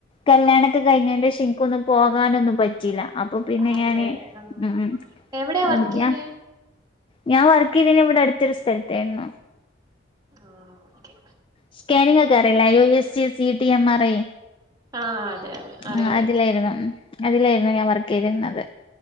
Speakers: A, on the left; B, on the right.
A: കല്യാണൊക്ക കഴിഞ്ഞേന്റെഷം എനിക്ക് ഒന്നും പോകാനൊന്നും പറ്റീല അപ്പൊ പിന്നെ
B: അതെ
A: ഞാന്
B: ആ
A: മ്മ് മ്മ്
B: എവിടെയാ
A: അത്
B: വർക്ക്
A: പിന്ന
B: ചെയ്യണേ
A: ഞാൻ വർക്ക് ചെയ്തിന ഇവിടടുത്തൊരു സ്ഥലത്തായിരുന്നു
B: ആഹ് ഓക്കെ
A: സ്കാനിങ് ഒക്കെ അറിയില്ലേ യു എസ് ഈ C T M R I
B: ആഹ് അതെ അതെ അറിയാം
A: അഹ്
B: അറിയാം
A: അതിലേരുന്നു അതിലേരുന്നു ഞാൻ വർക്ക് യ്തിരുന്നത്